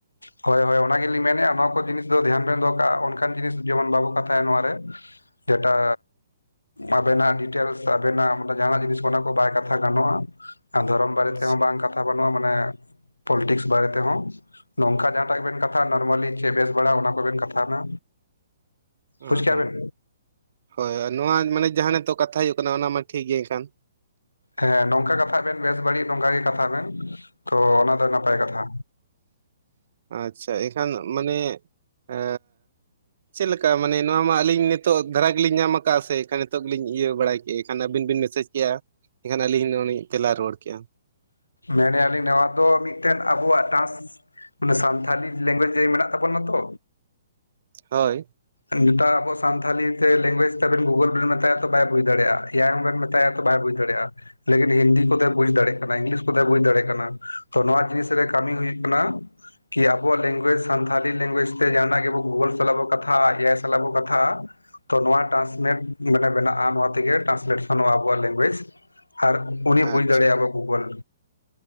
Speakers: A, on the left; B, on the right.
A: ᱦᱳᱭ ᱦᱳᱭ ᱚᱱᱟ ᱜᱮᱞᱤᱧ ᱢᱮᱱᱮᱫᱼᱟ ᱱᱚᱣᱟ ᱠᱚ ᱡᱤᱱᱤᱥ ᱫᱚ ᱫᱷᱮᱭᱟᱱ ᱵᱮᱱ ᱫᱚᱦᱚ ᱠᱟᱜᱼᱟ ᱚᱱᱠᱟᱱ ᱡᱤᱱᱤᱥ ᱡᱮᱢᱚᱱ ᱵᱟᱵᱚ ᱠᱟᱛᱷᱟᱭᱟ ᱱᱚᱣᱮ ᱨᱮ᱾ ᱡᱮᱴᱟ ᱟᱵᱮᱱᱟᱜ ᱰᱤᱴᱮᱞᱥ ᱟᱵᱮᱱᱟᱜ ᱡᱟᱦᱟᱱᱟᱜ ᱡᱤᱱᱤᱥ ᱚᱱᱟ ᱠᱚ ᱵᱟᱭ ᱠᱟᱛᱷᱟ ᱜᱟᱱᱚᱜᱼᱟ᱾ ᱫᱷᱚᱨᱚᱢ ᱵᱟᱨᱮ
B: ᱟᱪᱪᱷᱟ
A: ᱛᱮᱦᱚᱸ ᱵᱟᱝ ᱠᱟᱛᱷᱟ ᱵᱟᱹᱱᱩᱜᱼᱟ ᱢᱟᱱᱮ ᱯᱚᱞᱤᱴᱤᱠᱥ ᱵᱟᱨᱮ ᱛᱮᱦᱚᱸ, ᱱᱚᱝᱠᱟ ᱡᱟᱦᱟᱸᱴᱟᱜ ᱜᱮ ᱵᱮᱱ ᱠᱟᱛᱷᱟ ᱱᱚᱨᱢᱟᱞᱤ ᱪᱮᱫ ᱵᱮᱥ ᱵᱟᱲᱟ ᱚᱱᱟ ᱠᱚᱵᱮᱱ ᱠᱟᱛᱷᱟᱭ ᱢᱟ
B: ᱚ
A: ᱵᱩᱡᱽ ᱠᱮᱜᱼᱟ
B: ᱦᱚᱸ
A: ᱵᱮᱱ
B: ᱦᱳᱭ ᱱᱚᱶᱟ ᱢᱟᱱᱮ ᱡᱟᱦᱟᱸ ᱱᱤᱛᱚᱜ ᱠᱟᱛᱷᱟ ᱦᱩᱭᱩᱜ ᱠᱟᱱᱟ ᱚᱱᱟ ᱢᱟ ᱴᱷᱤᱠ ᱜᱮ ᱮᱱᱠᱷᱟᱱ
A: ᱦᱮᱸ ᱱᱚᱝᱠᱟ ᱠᱟᱛᱷᱟᱜ ᱵᱮᱱ ᱵᱮᱥ ᱵᱟᱹᱲᱤᱡ ᱱᱚᱝᱠᱟ ᱜᱮ ᱠᱟᱛᱷᱟᱜ ᱵᱮᱱ ᱛᱚ ᱚᱱᱟ ᱫᱚ ᱠᱟᱛᱷᱟ
B: ᱟᱪᱷᱟ ᱮᱠᱷᱟᱱ ᱢᱟᱱᱮ ᱟ ᱪᱮᱫ ᱞᱮᱠᱟ ᱢᱟᱱᱮ ᱱᱚᱶᱟ ᱢᱟ ᱟᱹᱞᱤᱧ ᱱᱤᱛᱚᱜᱜ ᱫᱷᱟᱨᱟ ᱜᱮᱞᱤᱧ ᱧᱟᱢ ᱟᱠᱫᱼᱟ ᱥᱮ ᱮᱱᱠᱷᱟᱱ ᱱᱤᱛᱚᱜ ᱜᱮᱞᱤᱧ ᱤᱭᱟᱹ ᱵᱟᱲᱟᱭ ᱠᱮᱫᱼᱟ ᱮᱱᱠᱷᱟᱱ ᱟᱹᱵᱤᱱ ᱵᱤᱱ ᱢᱮᱥᱮᱡᱽ ᱠᱮᱭᱟ ᱮᱱᱠᱷᱟᱱ ᱟᱹᱞᱤᱧ ᱫᱚᱞᱤᱧ ᱛᱮᱞᱟ ᱨᱩᱣᱟᱹᱲ ᱠᱮᱭᱟ
A: ᱢᱮᱱᱮᱜᱟ. ᱞᱤᱧ ᱱᱚᱶᱟ ᱫᱚ ᱢᱤᱫᱴᱮᱱ ᱟᱵᱚᱣᱟᱜ ᱴᱟᱥ ᱢᱟᱱᱮ ᱥᱟᱱᱛᱷᱟᱞᱤ ᱞᱮᱝᱜᱩᱭᱮᱡᱽ ᱡᱮ ᱢᱮᱱᱟᱜ ᱛᱟᱵᱚᱱᱟ ᱛᱚ
B: ᱦᱳᱭ
A: ᱱᱤᱛᱟᱜ ᱟᱵᱚ ᱥᱟᱱᱛᱷᱟᱤ ᱛᱮ ᱞᱮᱝᱜᱩᱭᱮᱡ ᱛᱮᱵᱮᱱ ᱜᱩᱜᱟ. ᱞ ᱵᱮᱱ ᱢᱮᱛᱟᱭᱟ ᱛᱚ ᱵᱟᱭ ᱵᱩᱡᱽ ᱫᱟᱲᱮᱭᱟᱜᱼᱟ ᱮᱭᱟᱭ ᱦᱚᱸᱵᱮᱱ ᱢᱮᱛᱟᱭᱟ ᱛᱚ ᱵᱟᱭ ᱵᱩᱡᱽ ᱫᱟᱲᱮᱭᱟᱜᱼᱟ ᱞᱮᱠᱤᱱ ᱦᱤᱱᱫᱤ ᱠᱚᱛᱮᱮ ᱵᱩᱡᱽ ᱫᱟᱲᱮᱭᱟᱜ ᱠᱟᱱᱟ ᱤᱝᱞᱤᱥ ᱠᱚᱛᱮ ᱵᱩᱡᱽ ᱫᱟᱲᱮᱭᱟᱜ ᱠᱟᱱᱟ ᱛᱚ ᱱᱚᱶᱟ ᱡᱤᱱᱤᱥ ᱨᱮ ᱠᱟᱹᱢᱤ ᱦᱩᱭᱩᱜ ᱠᱟᱱᱟ ᱠᱤ ᱟᱵᱚᱣᱟᱜ ᱞᱮᱝᱜᱩᱭᱮᱡ ᱥᱟᱱᱛᱷᱟᱤ ᱞᱮᱝᱜᱩᱭᱮᱡ ᱛᱮ ᱡᱟᱦᱱᱟᱜ ᱜᱮᱵᱚ ᱜᱩᱜᱚᱞ ᱥᱟᱞᱟᱜ ᱵᱟᱱ ᱠᱟᱛᱷᱟᱭ ᱮ ᱟᱭ ᱥᱟᱞᱟᱜ ᱵᱚ ᱠᱟᱛᱷᱟ ᱛᱚ ᱱᱚᱶᱟ ᱴᱨᱟᱱᱥᱱᱮᱴ ᱢᱟᱱᱮ ᱵᱮᱱᱟᱜᱼᱟ ᱱᱚᱶᱟ ᱛᱮᱜᱮ ᱴᱨᱟᱱᱥᱞᱮᱥᱚᱱᱚᱜᱼᱟ ᱟᱵᱚᱣᱟᱜ ᱞᱮᱝᱜᱩᱭᱮᱡ ᱟᱨ ᱩᱱᱤ ᱵᱩᱡᱽ
B: ᱟᱪᱪᱷᱟ
A: ᱫᱟᱲᱮᱭᱟᱜᱼᱟ ᱟᱵᱚᱣᱟᱜ ᱜᱩᱜᱟ. ᱞ᱾